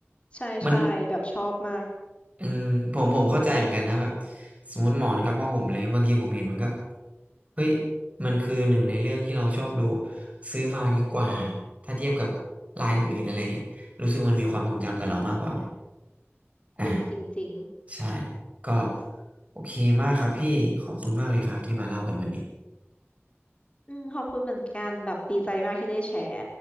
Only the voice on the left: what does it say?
ใช่ใช่แบบชอบมาก
จริงจริงจริง
อืมขอบคุณเหมือนกันแบบดีใจมากที่ได้แชร์